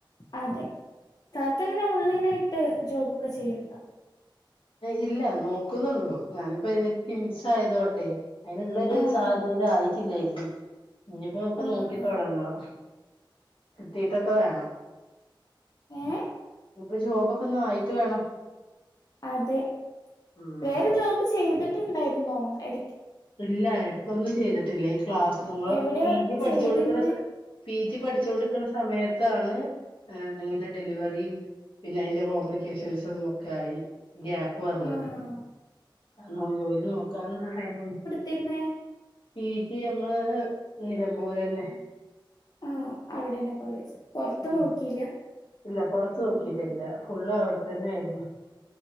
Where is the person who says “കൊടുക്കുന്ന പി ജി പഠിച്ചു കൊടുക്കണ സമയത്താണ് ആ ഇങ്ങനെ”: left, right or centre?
Left